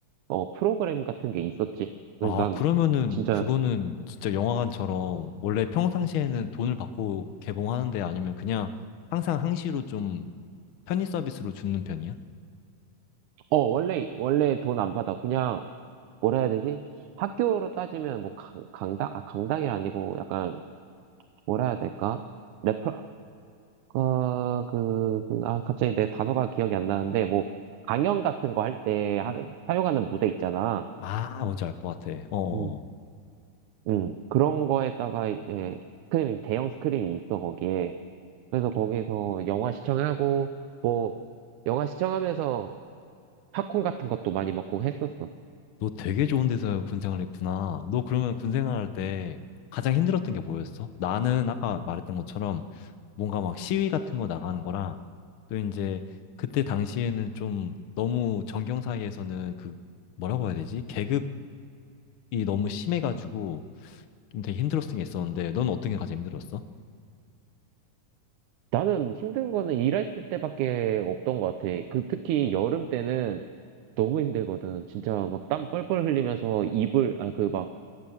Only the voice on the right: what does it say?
어, 프로그램 같은 게 있었지. 그래서
난
진짜
어, 원래, 원래 돈 안 받아. 그냥, 뭐라 해야 되지? 학교로 따지면, 뭐, 강, 강당? 아, 강당이 아니고, 약간, 뭐라 해야 될까? 레퍼, 어, 그, 그, 아, 갑자기 내 단어가 기억이 안 나는데, 뭐, 강연 같은 거 할 때, 하- 사용하는 무대 있잖아.
음, 음, 그런 거에다가 이제, 스크린, 대형 스크린이 있어, 거기에. 그래서 거기서 영화 시청하고, 뭐, 영화 시청하면서 팝콘 같은 것도 많이 먹고 했었어.
나는 힘든 거는 일했을 때밖에 없던 것 같아. 그 특히 여름 때는 너무 힘들거든. 진짜 막 땀 뻘뻘 흘리면서 이불, 아, 그 막